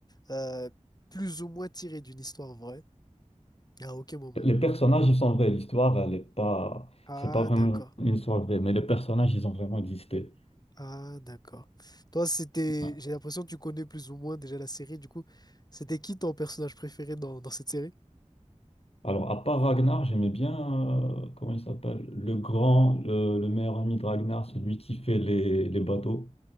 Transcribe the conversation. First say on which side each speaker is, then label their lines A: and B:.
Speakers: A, on the left; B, on the left.
A: euh, euh, plus ou moins tiré d'une histoire vraie. À aucun moment.
B: Les personnages, ils sont vrais. L'histoire, elle est pas,
A: Ah,
B: c'est pas vraiment
A: d'accord.
B: une histoire vraie, mais les personnages, ils ont vraiment existé.
A: Ah, d'accord. Toi, c'était.
B: Ouais.
A: J'ai l'impression que tu connais plus ou moins déjà la série. Du coup, c'était qui ton personnage préféré dans, dans cette série?
B: Alors, à part Ragnar, j'aimais bien, euh, comment il s'appelle? Le grand, le, le meilleur ami de Ragnar, celui qui fait les, les bateaux.